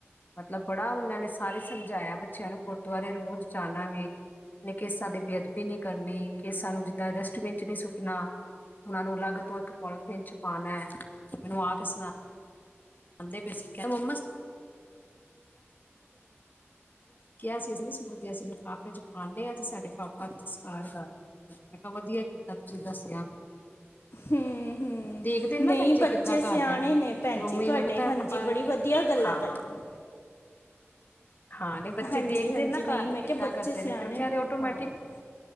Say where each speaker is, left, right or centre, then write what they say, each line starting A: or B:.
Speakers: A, on the left; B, on the left.
A: ਮਤਲਬ ਬੜਾ ਉਹਨਾਂ ਨੇ ਸਾਰੇ ਸਮਝਾਇਆ ਬੱਚਿਆਂ ਨੂੰ ਗੁਰਦੁਆਰੇ ਰੋਜ਼ ਜਾਣਾ ਵੇ ਨੇ, ਕੇਸਾਂ ਦੀ ਬੇਅਦਬੀ ਨਈ ਕਰਨੀ, ਕੇਸਾਂ ਨੂੰ ਜਿੱਦਾਂ ਡਸਟਬਿਨ 'ਚ ਨਈ ਸੁੱਟਣਾ ਉਹਨਾਂ ਨੂੰ ਅਲਗ ਤੋਂ ਇੱਕ ਪੋਲੀਥੀਨ ਚ ਪਾਣਾ, ਮੈਨੂੰ ਆ ਕੇ ਸੁਣਾ <unintelligible> ਕੈੰਦੇ, ਅਸੀਂ ਕਿਹਾ ਸੀ ਅਸੀਂ ਨਹੀਂ ਸੁਟਦੇ, ਅਸੀਂ ਲਫਾਫੇ' ਚ ਪਾਨੇ ਆ ਤੇ ਸਾਡੇ ਪਾਪਾ ਸਸਕਾਰ ਕਰ ਮੈਂ ਕਿਆ ਵਦੀਆ ਕੀਤਾ ਤੁਸੀਂ ਦੱਸਿਆ ਵਾ
B: ਹੂੰ ਹੂੰ
A: ਦੇਖਦੇ ਨੇ ਨਾ
B: ਨਹੀਂ
A: ਬੱਚੇ ਕਿੱਦਾਂ
B: ਸਿਆਣੇ
A: ਘਰਦਾ ਮੂੰ
B: ਨੇ ਭੈਣ
A: ਫੇਰ ਅੋਵੇ
B: ਜੀ ਤੁਹਾਡੇ
A: ਇਹਨਾਂ ਨੂੰ <inaudible>
B: ਹਾਂਜੀ ਬੜੀ ਵਧੀਆ ਗੱਲਾਂ ਕਰਦੇ ਨੇ
A: ਹਾਂ, ਤੇ ਬੱਚੇ
B: ਹਾਂਜੀ
A: ਦੇਖਦੇ
B: ਹਾਂਜੀ
A: ਨੇ ਨਾ
B: ਨਹੀਂ
A: ਘਾਰ ਦੇ,
B: ਮੈਂ
A: ਕਿੱਦਾਂ
B: ਕਿਹਾ ਬੱਚੇ
A: ਕਰਦੇ
B: ਸਿਆਣੇ
A: ਨੇ ਫਿਰ ਅੋਟੋਮੈਟਿਕ।
B: ਹਾਂ